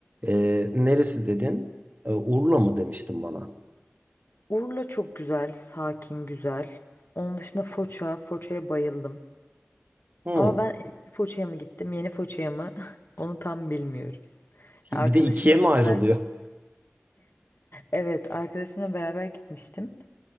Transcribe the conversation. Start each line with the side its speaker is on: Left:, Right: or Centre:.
Right: E, neresi dedin? E, Urla mı demiştin bana?
Left: Urla çok güzel, sakin, güzel. Onun dışında Foça, Foça'ya bayıldım.
Right: Hmm.
Left: Ama ben eski Foça'ya mı gittim, yeni Foça'ya mı? <laughs> Onu tam bilmiyorum. Arkadaşımla
Right: Bir de ikiye mi ayrılıyor?
Left: beraber, evet, arkadaşımla beraber gitmiştim.